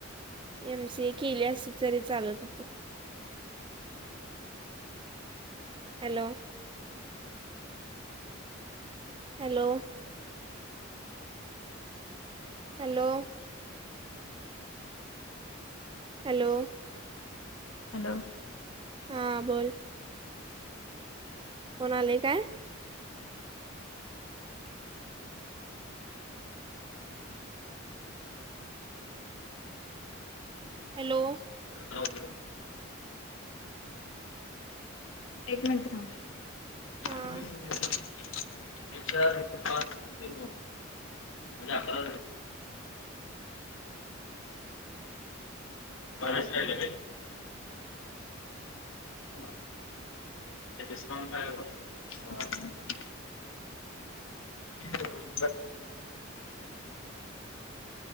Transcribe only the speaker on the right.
एम सी ए केली अस तरी चालत होतं hello hello hello hello
हा बोल कोण आलंय काय हॅलो
हा